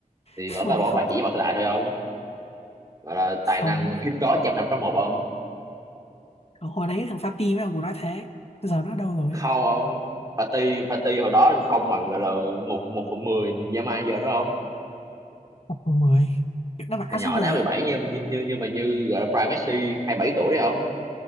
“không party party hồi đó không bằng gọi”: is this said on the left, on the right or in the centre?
Right